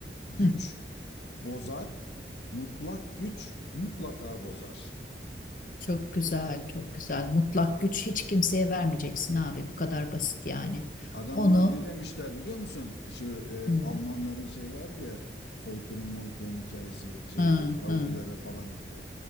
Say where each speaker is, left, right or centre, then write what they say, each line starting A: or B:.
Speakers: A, on the left (about 80°); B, on the left (about 45°).
A: Güç
B: Hı.
A: bozar. Mutlak güç mutlaka bozar.
B: Çok güzel, çok güzel. Mutlak güç hiç kimseye vermeyeceksin abi. Bu kadar basit yani.
A: Adamlar
B: Onu
A: ne demişler biliyor musun? Şu e,
B: hı,
A: Almanların şey vardı ya soykırım moykırım hikayesi şeyde
B: hı,
A: Yahudilere
B: hı,
A: falan e,